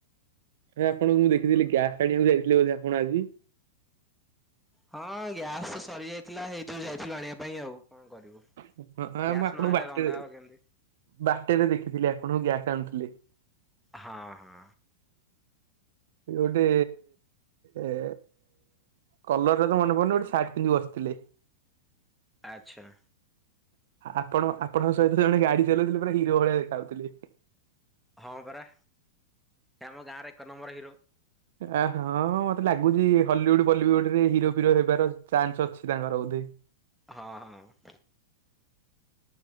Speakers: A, on the right (about 65°); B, in the centre.
A: ହେ ଆପଣଙ୍କୁ ମୁଁ ଦେଖିଥିଲି ଗ୍ୟାସ୍ ଆଣିବାକୁ ଯାଇଥିଲେ ବା ଆପଣ ଆଜି।
B: ହଁ ଗ୍ୟାସ ତ ସରି ଯାଇଥିଲା ହେଇ ଯୋଉ ଯାଇଥିଲୁ ଆଣିବା ପାଇଁ ଆଉ କଣ କରିବୁ।
A: ହଁ
B: ଗ୍ୟାସ୍
A: ମୁଁ ଆପଣଙ୍କୁ
B: ନ ଆଇଁଲେ
A: ବାଟରେ
B: ରନ୍ଧା ହବ କେମିତି?
A: ବାଟରେ ଦେଖିଥିଲି ଆପଣ ଗ୍ୟାସ୍ ଆଣୁଥିଲେ।
B: ହଁ ହଁ।
A: ଗୋଟେ ଏ କଲରରେ ତ ମନେ ପଡୁନି ଗୋଟେ ସାର୍ଟ ପିନ୍ଧି ବସିଥିଲେ।
B: ଆଚ୍ଛା।
A: ଆପଣ ଆପଣଙ୍କ ସହିତ ଜଣେ ଗାଡି ଚଲଉଥିଲେ ପୁରା ହିରୋ ଭଳିଆ ଦେଖା ଯାଉଥିଲେ।
B: ହଁ ପରା ଆମ ଗାଁରେ ଏକ ନମ୍ବର ହିରୋ।
A: ଆ ହଁ ମତେ ଲାଗୁଛି ହଲିଉଡ ବଲିଉଡ ରେ ହିରୋ ଫିରୋ ହେବାର ଚାନ୍ସ ଅଛି ତାଙ୍କର ବୋଧେ।
B: ହଁ ହଁ।